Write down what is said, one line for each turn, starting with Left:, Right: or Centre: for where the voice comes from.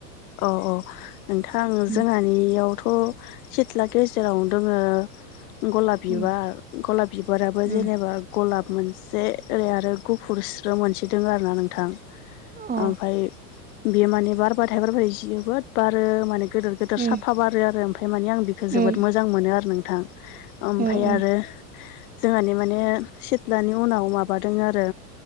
Left: औ-औ नोंथां
Right: उम
Left: जोंहा नियावथ' सिथ्ला गेजेरावनो दङो गलाब बिबार
Right: उम
Left: गलाब बिबाराबो
Right: उम
Left: जेनेबा गलाब मोनसे ओरै आरो गुफुरस बियाव मोनसे दोङो आरो ना नोंथां
Right: अ
Left: ओमफाय बियो माने बारबा <unintelligible> जोबोद बारो माने गोदोर गोदोर
Right: उम
Left: साफा बारो आरो ओमफाय माने आं बेखो जोबोद
Right: उम
Left: मोजां मोजां मोनो आरो नोंथां ओमफ्राय
Right: उम उम
Left: आरो जोंहानि माने सिथ दानि उनाव माबा दङ आरो